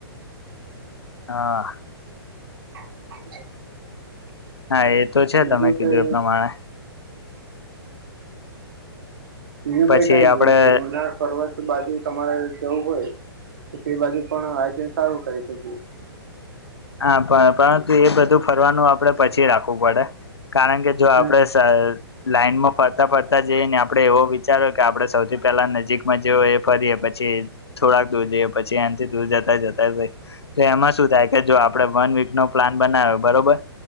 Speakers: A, on the left (about 80°); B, on the right (about 55°).
A: હા.
B: <inaudible>
A: હા એ તો છે
B: બીજું
A: તમે કીધું
B: કઈ
A: એ પ્રમાણે.
B: બીજું
A: પછી
B: કઈ કઈ
A: આપડે
B: જમનાર પર્વત બાજુ તમારે જવું હોય તો તે બાજુ પણ આયોજન સારું કરી શકીએ.
A: હા પણ પરંતુ એ બધું ફરવાનું આપડે પછી રાખવું પડે. કારણ કે જો આપણેે
B: હમ
A: લાઈનમાં ફરતા ફરતા જઈએ ને આપડે એવો વિચારો કે આપડણે સૌથી પેલા નજીકમાં જ એ ફરીએ પછી થોડાક દૂર જઈએ પછી એનાથી દૂર જતા જતા હોય તો એમાં શું થાય. કે જો આપડે વન વીક નો પ્લાન બનાવ્યો બરોબર.